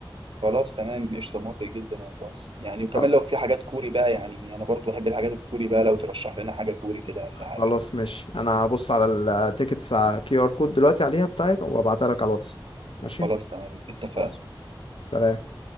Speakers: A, on the right (about 70°); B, on the left (about 75°).
A: خلاص تمام قشطه موافق جدا والله يعني وكمان
B: خل-
A: لو في حاجات كوري بقى يعني انا برضو بحب الحاجات الكوري بقى لو ترشح لنا حاجه كوري كده ولا حاجه
B: خلاص ماشي انا هبص على التيكتس على كيو ار كود دلوقتي عليها بتاعت وابعتها لك على الواتس ماشي
A: خلاص تمام اتفقنا
B: خلاص سلام